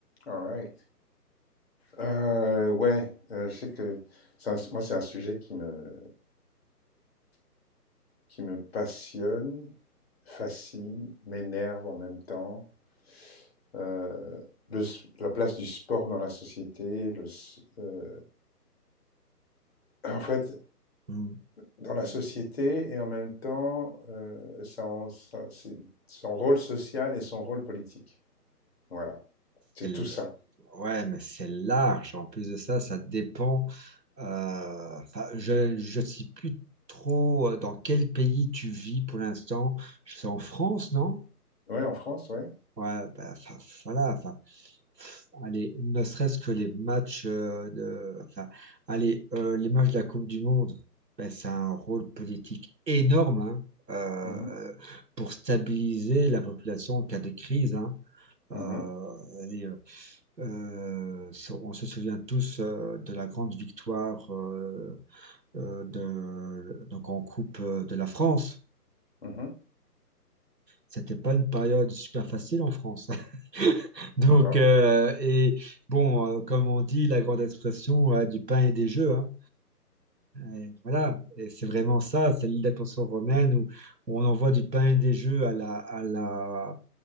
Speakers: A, on the left (about 40°); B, on the right (about 85°).
A: All right. Euh, ouais, euh, je sais que c'est un- moi, c'est un sujet qui me, qui me passionne, fascine, m'énerve en même temps. Euh, le s- la place du sport dans la société, le, s- euh, <clears throat> en fait,
B: Mm.
A: dans la société et en même temps, euh, son, son- c'est- son rôle social et son rôle politique. Voilà, c'est
B: C'est l-
A: tout ça.
B: Ouais, mais c'est large. En plus de ça, ça dépend. euh, enfin, je ne sais plus trop euh, dans quel pays tu vis pour l'instant. C'est en France, non?
A: Ouais, en France, ouais.
B: Ouais, bah, enfin, voilà. Enfin, pff, allez, ne serait-ce que les matchs euh, de. Enfin, allez, euh, les matchs de la Coupe du Monde, ben, c'est un rôle politique énorme hein, euh,
A: Mhm,
B: pour stabiliser la population en cas de crise. hein. Euh,
A: mhm,
B: allez, euh, Euh, so- on se souvient tous euh, de la grande victoire euh, euh, de, donc en Coupe euh, de la France.
A: mhm.
B: C'était pas une période super facile en France. <laughs> Donc,
A: D'accord.
B: euh, et bon, euh, comme on dit, la grande expression euh, du pain et des jeux. hein. Et voilà, et c'est vraiment ça, c'est l'île d'attention romaine où on envoie du pain et des jeux à la, à la